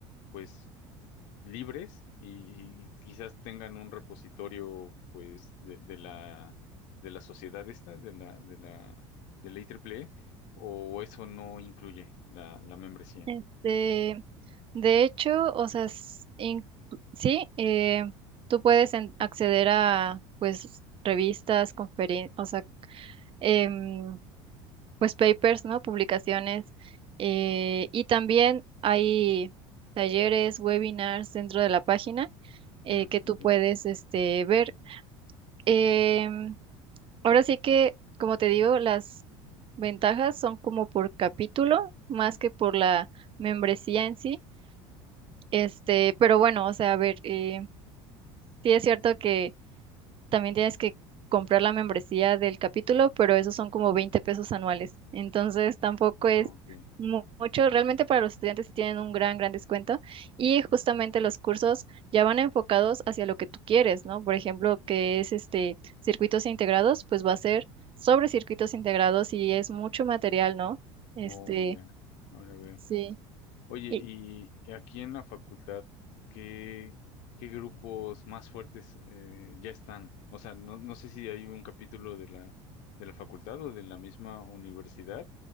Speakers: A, on the left; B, on the right.
A: pues, libres y, y quizás tengan un repositorio pues de, de la de la sociedad esta, de la de la de la IEEE o eso no incluye la, la membresía.
B: Este, de hecho, o sea, s- in- sí, eh, tú puedes en- acceder a, pues, revistas, conferencias, o sea, em, pues, papers, ¿no? Publicaciones. eh, y también hay talleres, webinars dentro de la página eh,
A: No,
B: que tú
A: ok.
B: puedes, este, ver. Em, ahora sí que, como te digo, las ventajas son como por capítulo, más que por la membresía en sí. Este, pero bueno, o sea, a ver, eh, sí es cierto que también tienes que comprar la membresía del capítulo, pero esos son como 20 pesos anuales. Entonces tampoco
A: No,
B: es
A: ok.
B: mu- mucho. Realmente para los estudiantes sí tienen un gran, gran descuento. Y justamente los cursos ya van enfocados hacia lo que tú quieres, ¿no? Por ejemplo, que es este circuitos integrados, pues va a ser sobre circuitos integrados y es mucho material, ¿no? Este,
A: Oh, ya. Ahora veo.
B: sí.
A: Oye,
B: Y
A: y aquí en la facultad, ¿qué, qué grupos más fuertes eh, ya están? O sea, no, no sé si hay un capítulo de la, de la facultad o de la misma universidad